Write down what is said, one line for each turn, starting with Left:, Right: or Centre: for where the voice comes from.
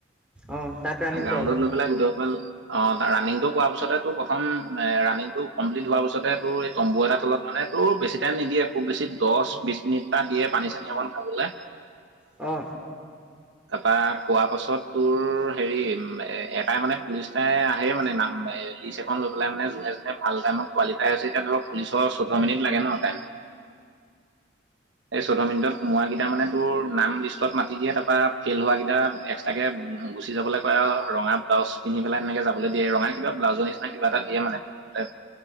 Centre: অ' তাত ৰানিং
Right: গ্ৰাউণ্ডত
Centre: কৰাব।
Right: লৈ পেলাই গোটেই সকল। অ ৰাণনিংটো কৰোৱাৰ পিছতে তোৰ প্ৰথম ৰাণিংটো কমপ্লিট হোৱাৰ পিছতে তোৰ। তম্বু এটা তলত মানে তো বেছি টাইম নিদিয়ে খুব বেছি দহ বিশ মিনিটটা দিয়ে পানী চানী অকমান খা। <unintelligible>
Centre: অ।
Right: তাপা খোৱা পাছত তোৰ হেৰি এ এ। লুষ্টাই আহে মানে, নাম লিষ্ট এখন লৈ পেলাই মানে যোনে, যোনে, ভাল টাইমত কোৱালিফাই হৈছে, এতিয়া ধৰক পুলিচৰ চৈধ্য মিনিট লাগে ন, টাইম এই চৈধ্য মিনিটত সোমোৱ কেইটা মানে তোৰ, নাম লিষ্টত মাতি দিয়ে, তাৰপৰা ফেইল হোৱা কেইটা এক্সট্ৰাকৈ গুচি যাবলৈ কয়, আৰু ৰঙা চ, পিধি পিন্ধি পালে, এনে যাব দিয়ে, ৰঙা কিবা, বোল্লাওচ নিচিনা কিবা এটা দিয় মানে, পি,